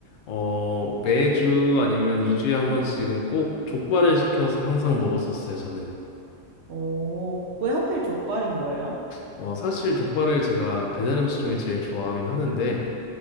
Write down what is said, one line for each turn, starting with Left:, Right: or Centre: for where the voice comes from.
Left: 어, 매주 아니면 2주에 한 번씩은 꼭 족발을 시켜서 항상 먹었었어요, 저는.
Right: 오, 왜 하필 족발인 거예요?
Left: 어, 사실 족발을 제가 배달 음식 중에 제일 좋아하긴 하는데